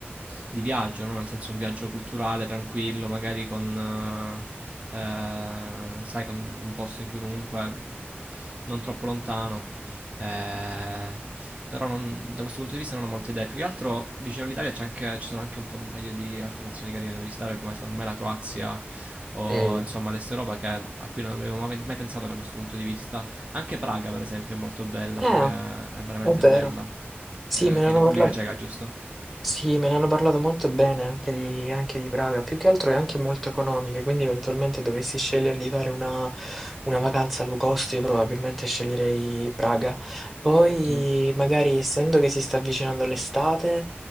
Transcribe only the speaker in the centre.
Mm.
Eh,
è vero.
Sì,
me ne
hanno
parla-
sì, me ne hanno parlato molto bene anche di, anche di Praga. Più che altro è anche molto economica, quindi eventualmente dovessi scegliere di fare una, una vacanza low cost, io probabilmente sceglierei Praga. Poi,
magari, essendo che si sta avvicinando l'estate,